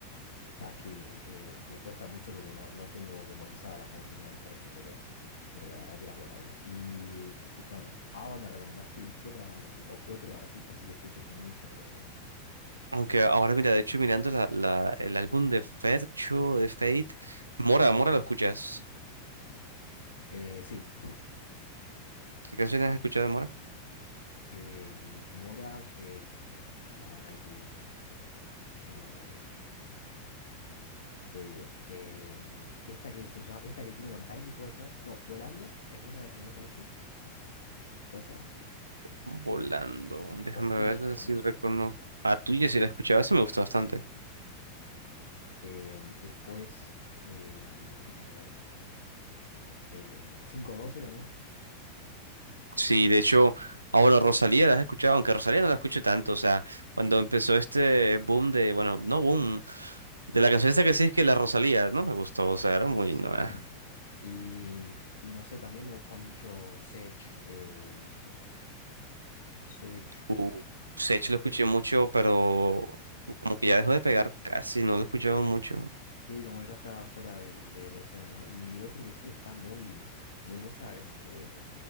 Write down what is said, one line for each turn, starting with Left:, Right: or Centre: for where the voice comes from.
Left: Sabes que eh, me cuesta mucho porque no, no tengo memorizadas las canciones del Fercho, pero, pero la verdad que las guardaría. Y, y escúchame, ABBA me recomendaste y qué otra banda así, o qué otro artista así que escuches mucho me recomendás.
Right: Aunque ahora, mira, de hecho, mirando la, la- el álbum de Fercho, de Fate, Mora, Mora, ¿lo escuchas?
Left: Eh, sí,
Right: ¿Qué canciones has escuchado de Mora?
Left: eh, Mora, eh, a ver, ahí te digo. Eh, Tengo acá, mira, te digo. em, esta que se llama- esta que tiene con Tiny puede ser. No, Volando es una de las que me gusta mucho, puede ser.
Right: Volando, déjame
Left: O tuya,
Right: ver
Left: ponele.
Right: si reconozco. A tuya, si la escuchaba, esa me gusta bastante.
Left: Em, después, em, a ver. eh, cinco doce también.
Right: Sí, de hecho, ah, bueno, Rosalía la has escuchado, aunque Rosalía no la escucho tanto, o sea, cuando empezó este boom de, bueno, no boom, de la canción esta que sí es que la Rosalía, no me gustó, o sea,
Left: Sí,
Right: era muy,
Left: sí, sí.
Right: no, eh.
Left: Y, y no sé, también me gusta mucho Sech. eh, Sech.
Right: Uh, Sech lo escuché mucho, pero como que ya dejó de pegar casi, no lo he escuchado mucho.
Left: sí, como que ya está fuera del- de la escena, ¿no? Y otro que sí está muy, muy en esa es eh,